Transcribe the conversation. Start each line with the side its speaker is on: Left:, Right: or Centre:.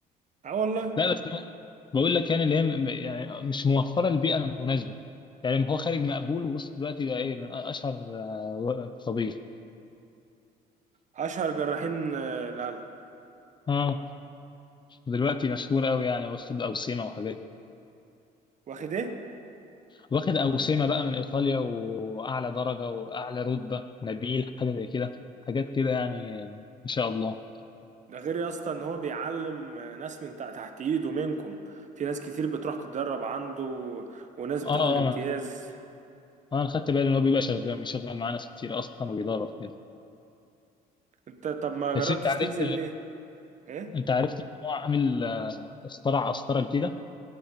Right: اه والله
Left: لا بس أنا بقول لك يعني اللي هي م- يعني مش موفرة البيئة المناسبة يعني هو خارج مقبول ووصل دلوقتي بقى إيه من أشهر آه، طبيب
Right: اشهر جراحين آه، القلب
Left: أه دلوقتي مشهور أوي يعني واخد أوسمة وحاجات
Right: واخد ايه
Left: واخد أوسمة بقى من إيطاليا وأعلى درجة وأعلى رتبة نبيل حاجة زي كده حاجات كده يعني آه، إن شاء الله
Right: ده غير يا اسطى ان هو بيعلم ناس من تحت تحت ايده منكم في ناس كتير بتروح تتدرب عنده وناس
Left: آه
Right: بتاخد الامتياز
Left: آه أنا خدت أنا خدت بالي إن هو بيبقى شغال مشغل معاه ناس كتير أصلا وبيدرب كده
Right: انت طب ما
Left: بس
Right: جربتش
Left: أنت عرفت
Right: تنزل ليه ايه
Left: أنت عرفت إن هو عامل آه، اخترع قسطرة جديده